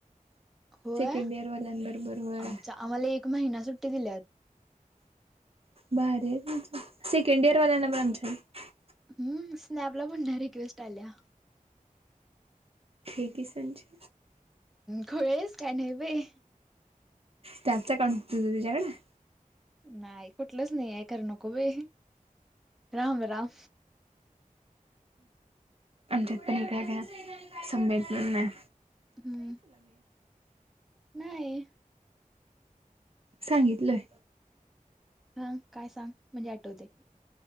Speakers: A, in the centre; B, on the right.
A: होय,
B: सेकंड इयर वाल्यांबरोबर होय
A: आमचा आम्हाला एक महिना सुट्टी दिल्यात.
B: भारी आहे बघ तुमचं, सेकंड ईयर वाल्यांनापण आमच्या आहे.
A: हम् स्नॅपला पण डायरेक्ट, रिक्वेस्ट आल्या.
B: हे किसानची
A: खुळे आहेस काय नाही बाई.
B: त्याचा काम काय तुझ्याकडे <unintelligible>
A: नाही कुठलंच नाही आहे खरं नको बाई राम राम
B: आमच्यात पण काय एक सम्यक म्हणून आहे
A: हम्म नाही.
B: सांगितलंय.
A: हा काय सांग, म्हणजे आठवतंय.